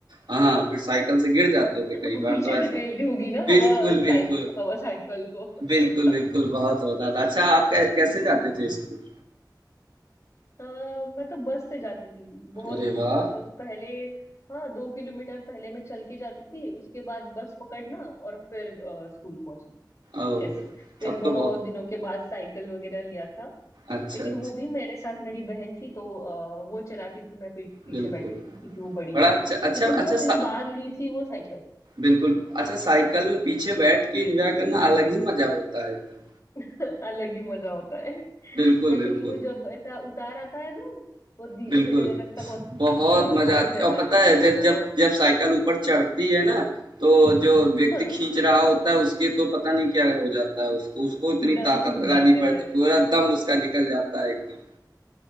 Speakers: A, on the right (about 85°); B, on the left (about 45°).
A: हाँ, फिर साइकिल से गिर जाते थे कई
B: वो
A: बार
B: पीछे
A: तो ऐसा
B: ढकेलती होगी ना
A: बिल्कुल,
B: हवा
A: बिल्कुल।
B: साइक हवा साइकिल को
A: बिल्कुल,
B: अच्छा
A: बिल्कुल बहुत होता था। अच्छा आप कै कैसे जाते थे स्कूल?
B: अ, मैं तो बस से जाती थी बहुत
A: अरे
B: दूर
A: वाह!
B: था तो पहले हाँ दो किलोमीटर पहले मैं चल के जाती थी उसके बाद बस पकड़ना और फिर अ, स्कूल पहुंचना
A: ओह!
B: ऐसे फिर
A: तब
B: बहुत
A: तो बहुत
B: दिनों के बाद साइकिल वगैरह लिया था
A: अच्छा,
B: लेकिन
A: अच्छा।
B: वो भी मेरे साथ मेरी बहन थी तो अ, वो चलाती थी मैं पी, पीछे
A: बिल्कुल।
B: बैठती थी क्योंकि वो बड़ी
A: बड़ा
B: थी
A: अच्छा अच्छा
B: लेकिन
A: अच्छा
B: बहुत दिनों
A: सा
B: बाद ली थी वो साइकिल
A: बिल्कुल। अच्छा साइकिल में पीछे बैठ के एन्जॉय करना अलग ही मज़ा होता है एकदम।
B: <laughs> अलग ही मजा होता है स्पेशली
A: बिल्कुल, बिल्कुल।
B: वो जब ऐसा उतार आता है ना वो दी-
A: बिल्कुल,
B: ऐसे रास्ता बहुत
A: बहुत
B: अ,
A: मज़ा
B: खाली
A: आती
B: रहता
A: है और
B: है
A: पता है
B: बहुत
A: जब जब जब साइकिल ऊपर चढ़ती है ना, तो जो
B: <laughs>
A: व्यक्ति खींच रहा होता है उसके तो पता नहीं क्या हो जाता है उसको, उसको इतनी
B: दम
A: ताकत
B: छूट
A: लगानी
B: जाते
A: पड़ती
B: हैं
A: पूरा दम उसका निकल जाता है एकदम।